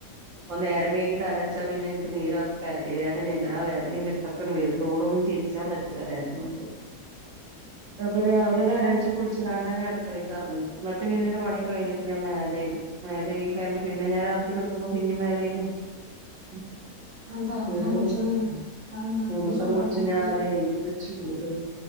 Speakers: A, on the right; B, on the left.
A: അപ്പം നേരം വൈകി തല നനച്ചാ പിന്നെ എനിക്ക് നീരിറക്കം പെരടി വേദനയും എല്ലാ വേദനയും എന്തക്ക നെടും തോളും തിരിച്ചാൻ പറ്റൂല്ല വേദന കൊണ്ട് അപ്പൊ രാവിലെ തല നനച്ച് കുളിച്ച് കാണ്ടാ ഞാൻ അടുക്കളക്ക് ഇറങ്ങ എന്നിട്ട് പിന്നെ എൻ്റെ പണിയൊക്കെ കഴിഞ്ഞിട്ട് ഞാൻ മേലൈകും മേല് കഴുകി കണ്ട് പിന്നെ ഞാൻ രാത്രി കിടക്കുമ്പോ പിന്നെയും മേല് കഴുകും <unintelligible>
B: അതെന്താ അങ്ങനെ കുളിച്ച്ണ് അതെന്താ
A: മൂന്നുവട്ടം
B: എന്ത് ചൂടാണ്
A: കുളിച്ച്
B: ഇങ്ങക്ക്
A: ഞാനെ എന്ത് ചൂടെ